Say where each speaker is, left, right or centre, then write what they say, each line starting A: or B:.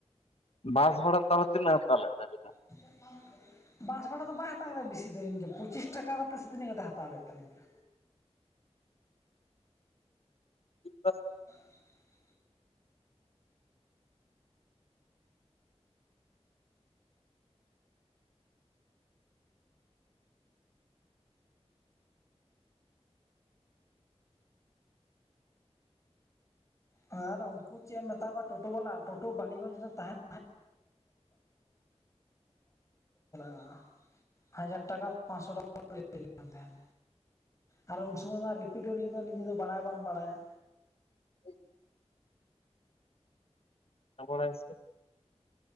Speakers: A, on the left (about 60°); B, on the left (about 25°).
A: ᱵᱟᱥ ᱵᱷᱟᱲᱟ ᱛᱟᱦᱚᱞᱮ ᱛᱤᱱᱟᱹᱜ ᱦᱟᱛᱟᱣ ᱞᱮᱫ ᱛᱟᱹᱵᱤᱱᱟ?
B: <inaudible> ᱵᱟᱥ ᱵᱷᱟᱲᱟ ᱫᱚ ᱵᱟᱭ ᱦᱟᱛᱟᱣ ᱠᱮᱫᱟ ᱵᱮᱥᱤ ᱫᱚ ᱯᱚᱸᱪᱤᱥ ᱴᱟᱠᱟ ᱠᱟᱛᱮ ᱥᱮ ᱛᱤᱱᱟᱹᱜ ᱠᱟᱛᱮ ᱦᱟᱛᱟᱣ ᱞᱮᱫ ᱛᱟᱞᱤᱧᱟ᱾
A: <inaudible>
B: <inaudible> ᱟᱨ ᱩᱱᱠᱩ ᱪᱮ ᱮᱢ ᱢᱮᱛᱟ ᱠᱚᱣᱟ ᱴᱳᱴᱳ ᱵᱟᱞᱟ ᱴᱳᱴᱳ ᱵᱟᱞᱤᱜᱚᱸᱡᱽ ᱨᱮ ᱛᱟᱦᱮᱸᱱ <inaudible> <inaudible> ᱦᱟᱡᱟᱨ ᱴᱟᱠᱟ <inaudible> ᱯᱟᱸᱥᱥᱚ ᱴᱟᱠᱟ <inaudible> ᱛᱟᱦᱮᱸᱱ ᱟᱨ ᱩᱱ ᱥᱚᱢᱚᱭ ᱢᱟ ᱨᱤᱯᱤᱴ ᱩᱱᱤ ᱫᱚ ᱱᱤᱡᱮ ᱫᱚ ᱵᱟᱲᱟᱭ ᱵᱟᱢ ᱵᱟᱲᱟᱭᱟ᱾
A: <inaudible> <inaudible>